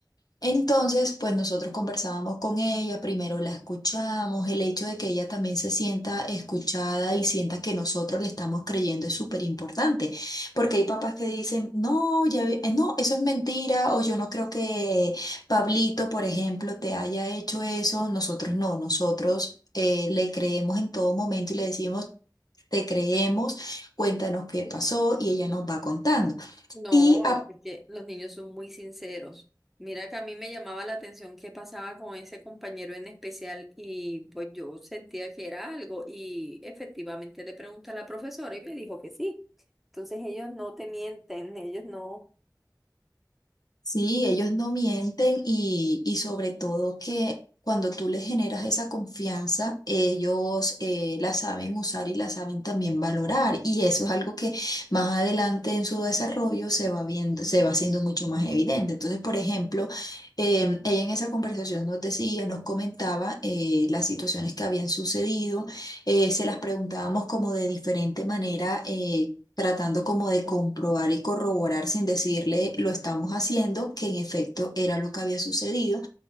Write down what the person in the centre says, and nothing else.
No,
es que los niños son muy sinceros. Mira que a mí me llamaba la atención qué pasaba con ese compañero en especial y pues yo sentía que era algo y efectivamente le pregunté a la profesora y me dijo que sí. Entonces ellos no te mienten, ellos no.